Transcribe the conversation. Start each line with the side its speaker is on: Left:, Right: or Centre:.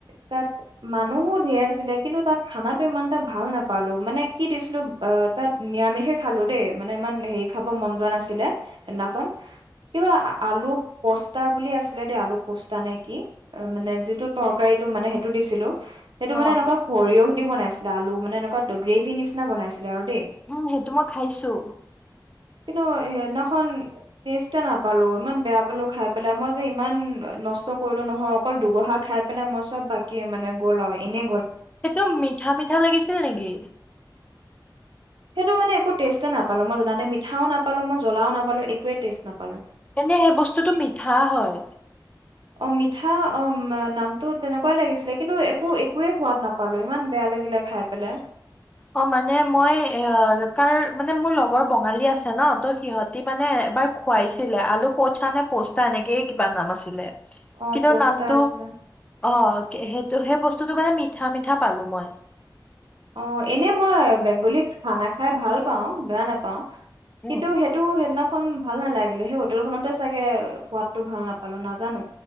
Right: তাত মানুহো ধেৰ আছিলে, কিন্তু তাত খানাটো ইমান এটা ভাল নাপালো, মানে কি দিছিলো অ তাত নিৰামিষে খালো দেই মানে ইমান হেৰি খাব মন যোৱা নাছিলে সেইদিনাখন কিবা আলু পস্তা বুলি আছিলে দেই আলু পস্তা নে কি মানে যি। টো তৰকাৰীটো মানে সেইটো দিছিলো। সেইটো
Left: অ'।
Right: মানে এনেকুৱা সৰিয়হ। বনাইছিলে আলু মানে এনেকুৱা গ্ৰেভি নিচিনা বনাইছিলে আৰু দেই।
Left: উম সেইটো মই খাইছো।
Right: কিন্তু সেইদিনাখন টেষ্টে নাপালো ইমান বেয়া পালো খাই পেলাই মই যে ইমান নষ্ট কৰিলো নহয় অকল দুগহা। খাই পেলাই মই চব বাকী মানে গ'ল আৰু এনে।
Left: সেইটো মিঠা মিঠা লাগিছিল‌ নেকি
Right: সেইটো মানে একো টেষ্টে নাপালো মই জানে মিঠাও নাপালো মই জ্বলাও নাপালো একোৱে টেষ্ট নাপালো
Left: তেনে সেই বস্তুটো মিঠা হয়
Right: অ মিঠা অ নামটো তেনেকুৱাই লাগিছিলে কিন্তু একো একোৱেই সোৱাদ নাপালো ইমান বেয়া লাগিলে খাই পেলাই
Left: অ মানে মই এ কাৰ মানে মোৰ লগৰ বঙালী আছে ন ত সিহঁতি মানে এবাৰ খুৱাইছিলে আলু পোচা নে পোষ্টা এনেকেই কিবা নাম আছিলে
Right: অ
Left: কিন্তু
Right: পষ্টা
Left: নামটো
Right: আছিলে
Left: অ সেই ত' সেই বস্তুটো মানে মিঠা মিঠা পালো মই
Right: অ এনে মই বেংগলীত খানা খাই ভাল পাওঁ বেয়া নাপাওঁ
Left: উম
Right: কিন্তু সেইটো সেইদিনাখন ভাল নালাগিলে সেই হোটেল খনতে চাগে সোৱাদ টো ভাল নাপালো নাজানো